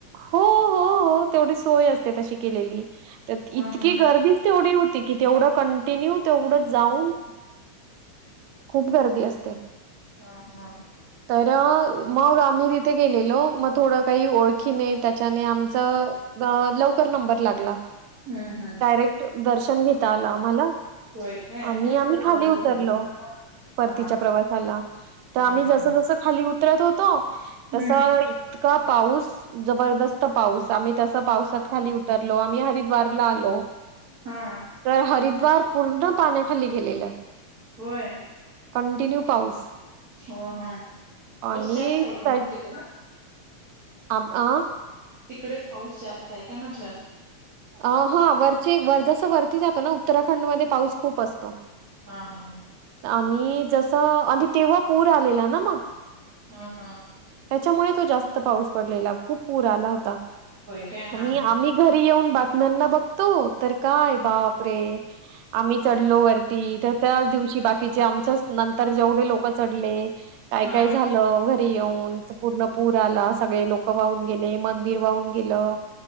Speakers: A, on the right; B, on the right.
A: हो हो हो तेवढी सोय असते तशी केलेली तर
B: हा
A: इतकी
B: हा
A: गर्दीच तेवढी हो कि तेवढं कंटिन्यू तेवढं जाऊन खूप गर्दी असते
B: हा हा
A: तर मग आम्ही तिथे गेलेलो मग थोडं काही ओळखीने त्याच्याने आमचा लवकर नंबर लागला
B: हम्म हम्म
A: डायरेक्ट दर्शन घेता आला आम्हाला
B: होय काय
A: आणि
B: मग
A: आम्ही
B: ते
A: खाली
B: बरं
A: उतरलो
B: झालं की
A: परतीच्या
B: हा हा
A: प्रवासाला तर आम्ही
B: हा हा
A: जस जस खाली उतरत होत
B: हम्म
A: तस इतका पाऊस जबरदस्त पाऊस आम्ही तस पावसात खाली उतरलो आम्ही हरिद्वारला आलो
B: हा
A: तर हर हरिद्वार पूर्ण पाण्याखाली गेलेलं.
B: होय
A: कंटिन्यू पाऊस
B: हो ह पाऊस
A: आणि
B: जास्त आहे का
A: त्या
B: मग तिकड
A: आ अ
B: तिकडेच पाऊस जास्त आहे काय म्हटलं.
A: अ हा वरचे वर जस वरती जातो ना उत्तराखंड मध्ये पाऊस खूप असतो.
B: हा हा
A: आणि जस आणि तेव्हा पूर आलेला ना मग
B: हा हा
A: त्याच्यामुळे तो जास्त पाऊस पडलेला खूप पूर आला होता
B: होय काय
A: आणि
B: हा हा.
A: आम्ही घरी येऊन बातम्यांना बघतो. तर काय बाप रे आम्ही चढलो वरती तर त्याच दिवशी बाकीचे आमचच नंतर जेवढे लोक चढले काय
B: हा.
A: काय झालं घरी येऊन पूर्ण पूर आला सगळे लोक वाहून गेले मंदिर वाहून गेलं.